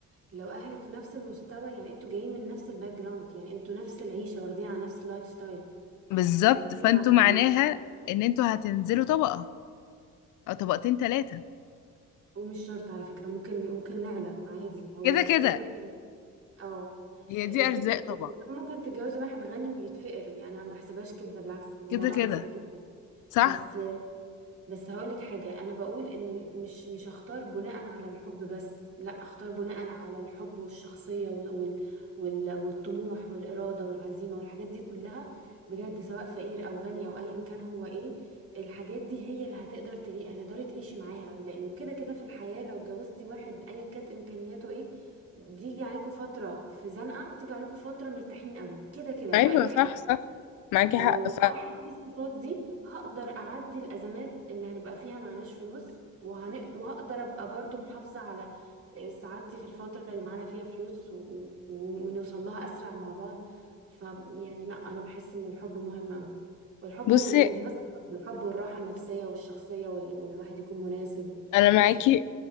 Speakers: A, on the right; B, on the left.
A: لو اهلك في نفس المستوى يعني انتوا جايين من نفس الباك جراوند يعني انتوا نفس العيشه واخدين على نفس اللايف ستايل
B: بالظبط
A: انا مش بتكلم
B: فانتوا
A: ع-
B: معناها
A: على
B: ان انتوا هتنزلوا طبقة او طبقتين ثلاثة
A: ومش شرط على فكره ممكن ممكن نعلى عادي هو
B: كده
A: الفكره
B: كده
A: في إيه؟ اه
B: هي دي
A: الفكره
B: ارزاق طبعا
A: في إيه؟ إن طبعاً ممكن تتجوزي واحد غني ويتفقر يعني انا ما بحسبهاش كده بالعكس الموضوع
B: كده كده
A: واسع جدا
B: صح
A: بس بس هقولك حاجة أنا بقول إن مش مش أختار بناء على الحب بس لأ أختار بناء على الحب والشخصية وال وال وال- والطموح والإرادة والعزيمة والحاجات دي كلها بجد سواء فقير أو غني أو أيا كان هو إيه الحاجات دي هي اللي هتقدر تعي هتقدري تعيشي معاها لأنه كده كده في الحياة لو اتجوزتي واحد أيا كانت إمكانياته إيه بيجي عليكم فترة في زنقة وبتيجي عليكم فترة مرتاحين قوي كده كده
B: ايوه
A: في أي
B: صح
A: حاجة
B: صح معاكي
A: فلو
B: حق فعلا
A: راحت في الصفات دي هقدر أعدي الأزمات اللي هنبقى فيها معناش فلوس وهنقدر وهقدر أبقى برضو محافظة على آه، سعادتي في الفترة اللي معانا فيها فلوس و... و... ونوصل لها أسرع مع بعض ف يعني لا أنا بحس إن الحب مهم أوي والحب
B: بصي
A: و... ومش بس الحب الحب والراحة النفسية والشخصية وال... والواحد يكون مناسب
B: انا
A: وحاجات
B: معاكي
A: كتير